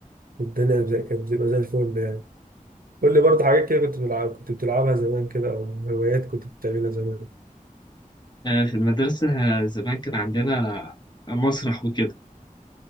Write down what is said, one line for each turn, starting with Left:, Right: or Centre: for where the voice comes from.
Right: والدنيا زي- كانت بتبقى زي الفل يعني قول لي برضه حاجات كده كنت بتلعب كنت بتلعبها زمان كده او هوايات كنت بتعملها زمان
Left: آه في المدرسه آه، زمان كان عندنا مسرح وكده